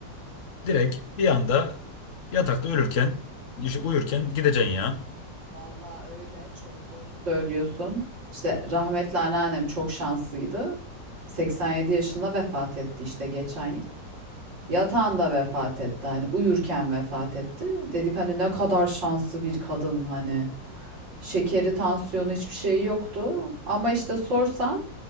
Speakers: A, on the left; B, on the right.
A: e, direkt bir anda yatakta ölürken, işte uyurken gideceksin ya.
B: Vallahi öyle çok doğru söylüyorsun. İşte rahmetli anneannem çok şanslıydı. 87 yaşında vefat etti işte geçen yıl. Yatağında vefat etti hani uyurken vefat etti. Dedik hani ne kadar şanslı bir kadın hani. Şekeri, tansiyonu hiçbir şey yoktu. Ama işte sorsan